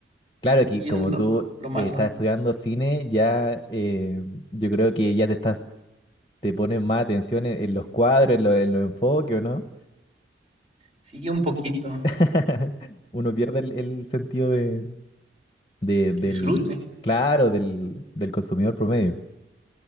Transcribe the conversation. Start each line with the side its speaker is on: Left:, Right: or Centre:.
Left: claro que
Right: Y
Left: como
Right: es lo,
Left: tú
Right: lo
Left: eh,
Right: malo.
Left: estás estudiando cine, ya eh, yo creo que ya te estás, te pones más atención en, en los cuadros, en, lo- en los enfoques, ¿o no?
Right: Sí, un poquito,
Left: <laughs> Uno pierde el, el sentido de, de- del,
Right: el disfrute.
Left: claro, del, del consumidor promedio.